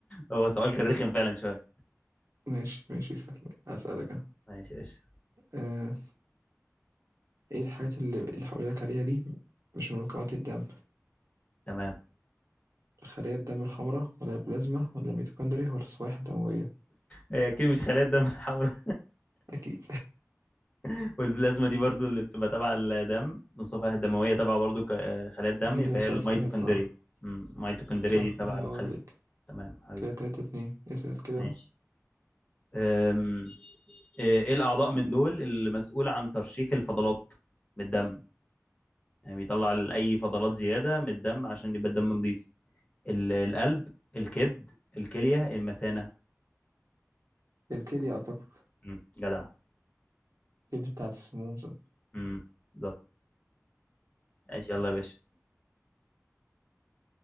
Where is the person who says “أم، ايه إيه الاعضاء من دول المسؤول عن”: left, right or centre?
Left